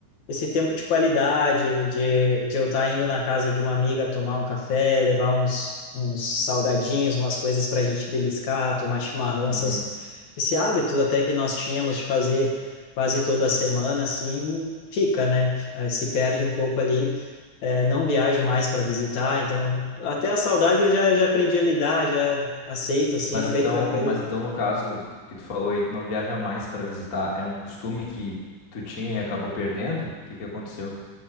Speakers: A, on the left (about 70°); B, on the left (about 35°).
A: esse tempo de qualidade, de, de eu estar indo na casa de uma amiga tomar um café, levar uns, uns salgadinhos, umas coisas para a gente beliscar, tomar chimarrão,
B: Uhum.
A: essas, esse hábito até que nós tínhamos de fazer quase toda semana, assim, fica, né? Eh, Se perde um pouco ali, eh, não viajo mais para visitar, então até a saudade eu já, já aprendi a lidar, já aceito, assim,
B: Mas
A: é bem
B: então,
A: tranquilo.
B: mas então no caso que tu falou aí, tu não viaja mais pra visitar, é um costume que tu tinha e acabou perdendo? O que que aconteceu?